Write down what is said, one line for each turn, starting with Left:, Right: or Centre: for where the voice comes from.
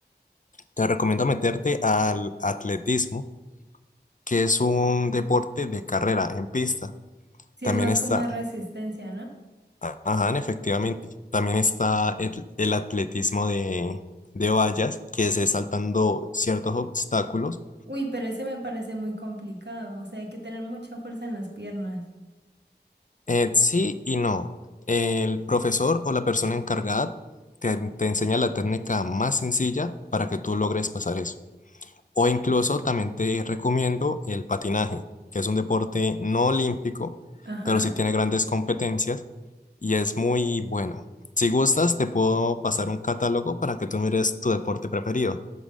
Left: te recomiendo meterte al atletismo, que es un deporte de carrera en pista.
Right: Sí,
Left: También
Right: es más
Left: está,
Right: como de resistencia, ¿no?
Left: a- ajá, efectivamente, también está el, el atletismo de, de vallas, que es saltando ciertos obstáculos
Right: Uy, pero ese me parece muy complicado. O sea, hay que tener mucha fuerza en las piernas.
Left: Eh, sí y no. El profesor o la persona encargada te, te enseña la técnica más sencilla para que tú logres pasar eso. O incluso también te recomiendo el patinaje, que es un deporte no olímpico,
Right: Ajá.
Left: pero sí tiene grandes competencias y es muy bueno. Si gustas, te puedo pasar un catálogo para que tú mires tu deporte preferido.